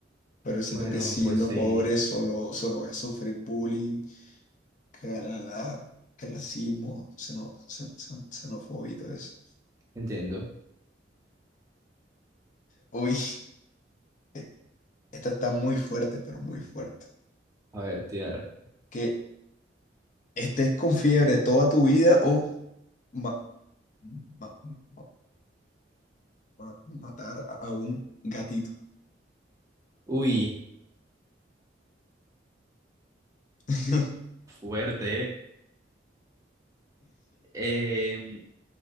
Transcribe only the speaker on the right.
Bueno,
pues sí,
entiendo.
A ver, Tiara.
Uy,
fuerte, ¿eh? Em,